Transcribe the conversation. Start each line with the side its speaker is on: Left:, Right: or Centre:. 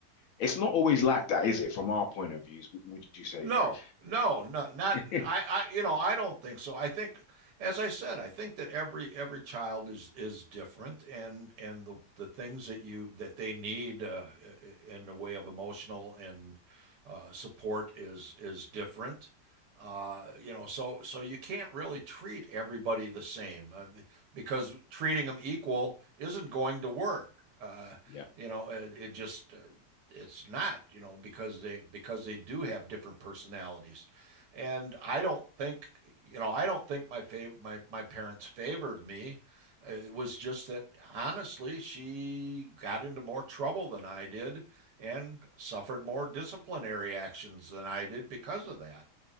Left: It's not always like that, is it? From our point of views, would you say,
Right: No,
Left: Greg?
Right: no, not not
Left: <laughs>
Right: I, I you know, I don't think so. I think, as I said, I think that every every child is is different and and the the things that you that they need uh, in the way of emotional and uh, support is is different. Uh, you know, so so you can't really treat everybody the same uh, because treating them equal isn't going to work. Uh,
Left: Yeah,
Right: you know, it, it just uh, it's not you know because they because they do have different personalities and i don't think you know i don't think my fav- my my parents favored me it was just that honestly she got into more trouble than i did and suffered more disciplinary actions than i did because of that